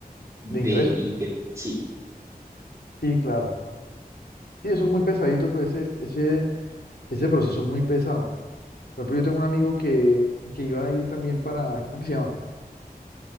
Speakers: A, on the right (about 20°); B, on the left (about 85°).
A: de,
B: ¿De ingresos?
A: inde- sí.
B: Sí, claro. Sí, eso es muy pesadito, pues ese, ese, ese proceso es muy pesado. Por ejemplo, yo tengo un amigo que, que iba a ir también para, ¿cómo que se llama?